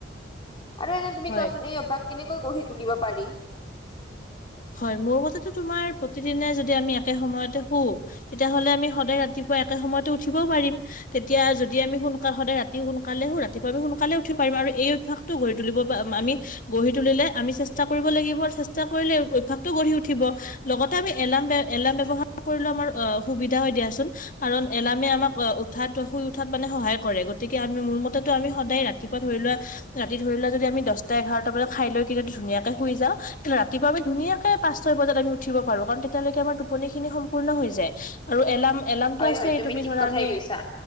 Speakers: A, on the left (about 25°); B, on the left (about 45°).
A: আৰু এনেই তুমি
B: হয়।
A: কোৱাচোন, এই অভ্যাক কেনেকৈ গঢ়ি তুলিব পাৰি?
B: হয়, মোৰ মতেতো তোমাৰ প্ৰতিদিনে যদি আমি একে সময়তে শু- তেতিয়াহলে আমি সদায় ৰাতিপুৱা একে সময়তে উঠিবও পাৰিম। তেতিয়া যদি আমি সোনকালে সদায় ৰাতি সোনকালে হু ৰাতিপুৱা আমি সোনকালে উঠি পাৰিম আৰু এই অভ্যাস গঢ়ি তুলিব প আমি গঢ়ি তুলিলে আমি চেষ্টা কৰিব লাগিব চেষ্টা কৰিলে অভ্যাসটো উঠিব লগতে আমি এলাৰ এলাৰ্ম ব্যৱহাৰ কৰিলে আমাৰ অ সুবিধা হয় দিয়াচোন। কাৰণ এলামে আমাক উঠাত শুই উঠাত মানে সহায় কৰে গতিকে আমি মোৰ মতেতটো আমি সদায় ৰাতি ৰাতিপুৱা ধৰি লোৱা ৰাতি ধৰিলোৱা যদি আমি দহটা এঘাৰটা বজাত খাই লৈ কিদি ধুনীয়াকে শুইওঁ তেতিহলে ৰাতিপুৱা ধুনীয়াকে পাঁচ ছয় বজাত আমি উঠিব পাৰো কাৰণ তেতিয়ালৈকে আমাৰ টোপনি খিনি সম্পূৰ্ণ হৈ যায়। আৰু এলাৰ্ম এলাৰ্মটো
A: হয়
B: আছে
A: হয়
B: তুমি
A: ঠিক
B: ধৰা
A: কথাই
B: আমি
A: কৈছা।